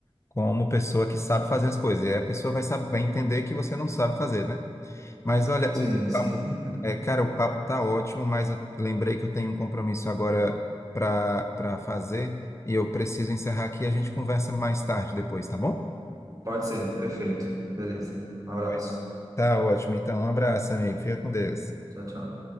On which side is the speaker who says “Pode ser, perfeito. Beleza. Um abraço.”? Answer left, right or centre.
Right